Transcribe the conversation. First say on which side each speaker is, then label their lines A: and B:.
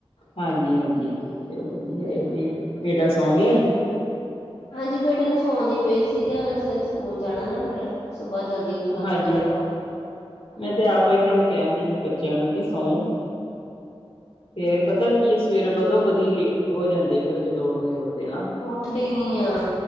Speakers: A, on the left; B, on the left.
A: ਹਾਂਜੀ- ਹਾਂਜੀ, ਚਲੋ ਵਧੀਆ ਇਹ ਤੇ, ਬੇਟਾ ਸੌ ਗਿਆ ਏ।
B: ਹਾਂਜੀ ਬੇਟੇ ਨੂੰ ਸਉਂਦੀ ਪਈ ਸੀ। ਕਿ ਉਹਨੇ ਸਵੇਰੇ ਸਕੂਲ ਜਾਣਾ ਨਾ ਫਿਰ, ਸੁਬਾਹ ਜਲਦੀ ਦੇਖਣਾ
A: ਹਾਂਜੀ
B: ਪੈਂਦਾ ਗਾ।
A: ਮੈਂ ਤੇ ਆਪ ਇਹਨਾਂ ਨੂੰ ਕਹਿਣਦੀ ਸੀ, ਬੱਚਿਆਂ ਨੂੰ ਕਿ ਸੌਂ ਫੇਰ ਪਤਾ ਕੀ ਐ, ਸਵੇਰੇ ਵਧੋ ਬਧੀ ਲੇਟ ਹੋ ਜਾਂਦੇ ਫਿਰ ਜਦੋਂ ਉੱਠਦੇ- ਉੱਠਦੇ ਹਨਾ।
B: ਉੱਠਦੇ ਨੀ ਆ,